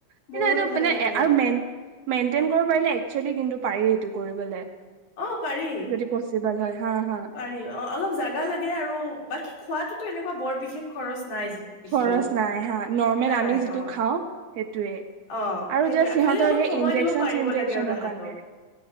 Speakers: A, on the right; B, on the left.
A: কিন্তু
B: বহুত
A: এটো
B: ভাল
A: মানে
B: লাগে
A: আৰু মেন মেইনটেইন কৰিব পাৰিলে একচেলি কিন্তু পাৰি সেইটো কৰিবলে
B: অ পাৰি
A: যদি পচিবল হয় হা হা
B: পাৰি অ অলপ জাগা লাগ আৰু বাকী খোৱাতোতো এনেকুৱা বৰ বিশেষ খৰচ নাই যি দেখিলো
A: খৰচ নাই হা নৰ্মেল
B: নাই
A: আমি যিটো
B: অ
A: খাওঁ টোৱে
B: অ
A: আৰু
B: সেইটোয়ে
A: জাচ সিহঁতৰ
B: খালি অলপ
A: সেই
B: সময়
A: ইনজেক
B: দিব পাৰিব
A: চিনজেকচনৰ
B: লাগে আৰু তাহাঁতক
A: কাৰণে